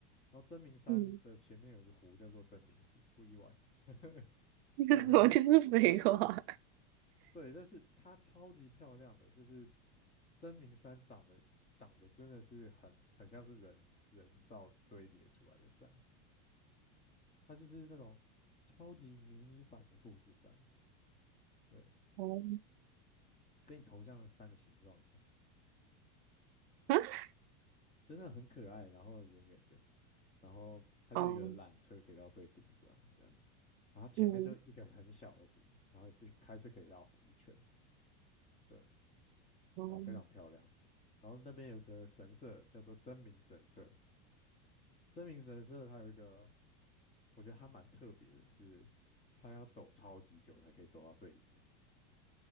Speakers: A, on the left; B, on the right.
A: 然后真名山的前面有一个湖叫做真名湖，
B: 嗯，
A: 不意外。<laughs>
B: <laughs>
A: 然后
B: 我就是废话。
A: 对，但是它超级漂亮的，就是真名山长得长得真的是很很像是人人造堆叠出来的山，它就是那种超级迷你版的富士山，对，
B: 哦，
A: 跟你头像的山的形状一样，
B: <laughs>
A: 真的很可爱，然后圆圆的，然后它就有一个缆车可以到最顶端这样子，
B: 啊，哦，
A: 然后前面就一个很小的湖，
B: 嗯，
A: 然后也是开车可以绕湖一圈，对，
B: 哦，
A: 然后非常漂亮，然后那边有个神社叫做真名神社。真名神社它有一个，我觉得它蛮特别的是，它要走超级久才可以走到最里面，